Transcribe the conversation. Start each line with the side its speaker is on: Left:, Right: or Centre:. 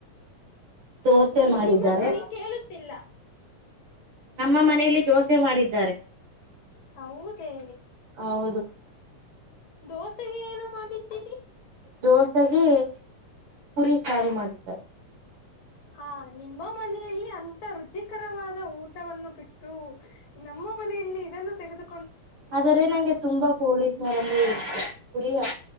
Right: ದೋಸೆ
Left: ನಿನ್
Right: ಮಾಡಿದ್ದಾರೆ.
Left: ನಿಮ್ಮ ಧ್ವನಿ ಕೇಳುತ್ತಿಲ್ಲ
Right: ನಮ್ಮ ಮನೆಯಲ್ಲಿ ದೋಸೆ ಮಾಡಿದ್ದಾರೆ.
Left: ಹೌದೇ,,
Right: ಹೌದು
Left: ದೋಸೆೆಗೆ ಏನು ಮಾಡಿದ್ದೀರಿ.,
Right: ದೋಸೆಗೆ ಪುರಿ ಸಾರು ಮಾಡಿದ್ದಾರೆ.
Left: ಹಾ, ನಿಮ್ಮ ಮನೆಯಲ್ಲಿ ಅಂತ ರುಚಿ ಕರವಾದ ಊಟವನ್ನು ಬಿಟ್ಟು ನಮ್ಮ ಮನೆಯಲ್ಲಿ ಇದನ್ನು ತೆಗೆದು
Right: ಆದರೆ ನಂಗೆ ತುಂಬಾ ಕೋಳಿ ಸಾರ್ ಅಂದ್ರೆ ಇಷ್ಟ. ಕುರಿಯ-